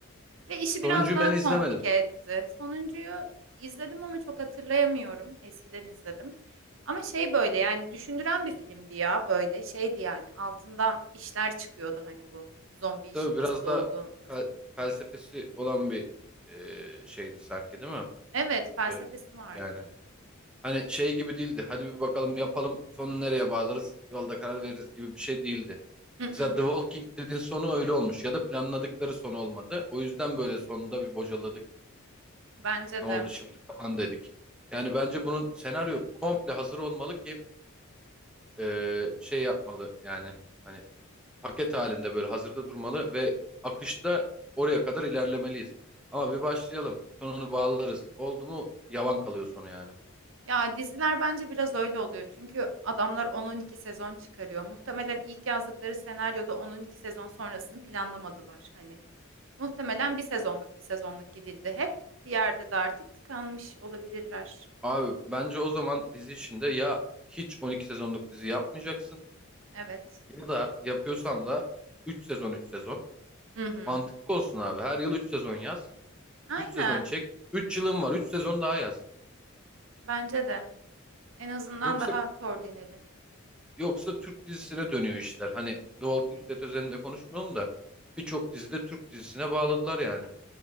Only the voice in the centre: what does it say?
Sonuncuyu
ben
izlemedim.
Tabii
biraz
da
fel-
felsefesi olan bir e, şeydi sanki değil mi?
Evet,
yani. Hani şey gibi değildi. Hadi bir bakalım yapalım sonu nereye bağlarız yolda karar veririz gibi bir şey değildi.
Mesela The Walking Dead'in sonu öyle olmuş ya da planladıkları son olmadı. O yüzden böyle sonunda bir bocaladık.
Ne
oldu şimdi falan dedik. Yani bence bunun senaryo komple hazır olmalı ki e, şey yapmalı yani hani paket halinde böyle hazırda durmalı ve akışta oraya kadar ilerlemeliyiz. Ama bir başlayalım sonunu bağlarız. Oldu mu yavan kalıyor sonu yani.
Abi bence o zaman dizi içinde ya hiç 12 sezonluk dizi yapmayacaksın
ya da yapıyorsan da 3 sezon 3 sezon.
Mantıklı olsun abi. Her yıl 3 sezon yaz.
üç sezon çek. üç yılın var. üç sezon daha yaz.
Yoksa
yoksa Türk dizisine dönüyor işler. Hani The Walking
Dead özelinde konuşmuyorum da birçok dizide Türk dizisine bağladılar yani.